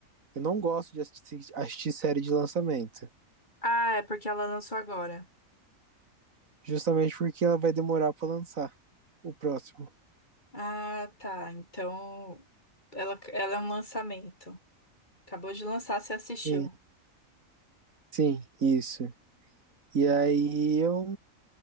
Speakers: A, on the right; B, on the left.
A: Eu não gosto de assistir, assistir série de lançamento.
B: Ah, é porque ela lançou agora.
A: Justamente porque ela vai demorar pra lançar o próximo.
B: Ah, tá. Então ela, ela é um lançamento. Acabou de lançar, você assistiu.
A: Sim, sim, isso. E aí eu